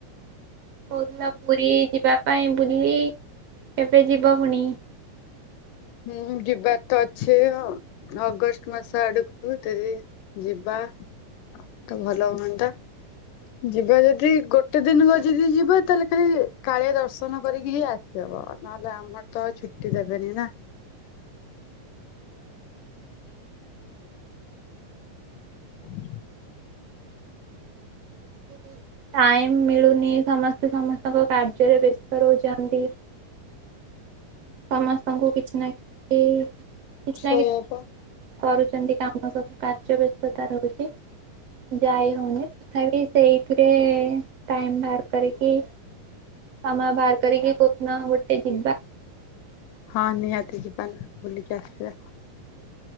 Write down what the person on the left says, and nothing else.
ହୁଁ ଯିବା ତ ଅଛି ଅଗଷ୍ଟ ମାସ ଆଡକୁ ଯଦି ଯିବା। ତ ଭଲ ହୁଅନ୍ତା। ଯିବା ଯଦି ଗୋଟେ ଦିନ ଯଦି ଯିବା ତାହେଲେ ଖାଲି କାଳିଆ ଦର୍ଶନ କରିକି ହିଁ ଆସିବା। ନହଲେ ଆମର ତ ଛୁଟି ଦେବେନି ନା। <unintelligible>
ସେଇଆ
ପା
ହଁ ନିହାତି ଯିବା ନା ବୁଲିକି ଆସିବା